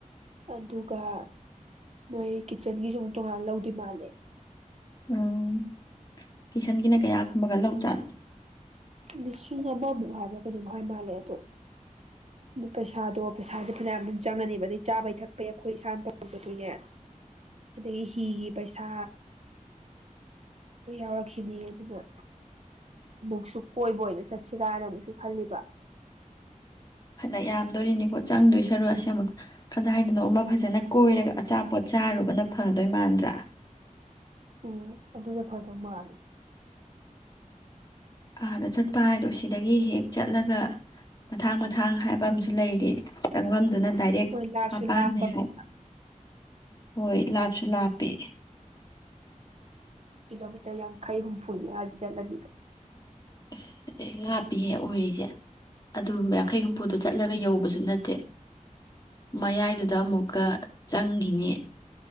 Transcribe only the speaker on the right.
ꯑꯗꯨꯒ ꯃꯣꯏ ꯀꯤꯠꯆꯟꯒꯤꯁꯨ ꯑꯃꯨꯛ ꯇꯣꯉꯥꯟꯅ ꯂꯧꯗꯣꯏ ꯃꯥꯜꯂꯦ꯫
ꯂꯤꯁꯤꯡ ꯑꯃꯃꯨꯛ ꯍꯥꯏꯕ꯭ꯔꯥ ꯀꯩꯅꯣꯝꯃ ꯍꯥꯏ ꯃꯥꯜꯂꯦ ꯑꯗꯣ ꯑꯗꯨ ꯄꯩꯁꯥꯗꯣ ꯄꯩꯁꯥꯗꯤ ꯐꯅꯌꯥꯝ ꯑꯗꯨꯝ ꯆꯪꯉꯅꯤꯕ ꯑꯗꯩ ꯆꯥꯕꯩ ꯊꯛꯄꯩ ꯑꯩꯈꯣꯏ ꯏꯁꯥꯅ ꯇꯧꯖꯗꯣꯏꯅꯦ ꯑꯗꯒꯤ ꯍꯤꯒꯤ ꯄꯩꯁꯥ ꯑꯗꯨ ꯌꯥꯎꯔꯛꯈꯤꯅꯤ ꯑꯗꯨꯅ ꯑꯃꯨꯛꯁꯨ꯫ ꯀꯣꯏꯕ ꯑꯣꯏꯅ ꯆꯠꯁꯤꯔꯥꯅ ꯃꯨꯛꯁꯨ ꯈꯜꯂꯤꯕ꯫
ꯍꯣꯏ
ꯎꯝ ꯑꯗꯨꯗ ꯐꯗꯧ ꯃꯥꯜꯂꯦ
ꯍꯣꯏ ꯂꯥꯞꯁꯨ
ꯂꯥꯞꯄꯅꯤꯅ
ꯀꯤꯂꯣꯃꯤꯇꯔ ꯌꯥꯡꯈꯩ ꯍꯨꯝꯐꯨꯅꯦ ꯍꯥꯏ ꯆꯠꯂꯗꯤꯒ
ꯍꯣꯏ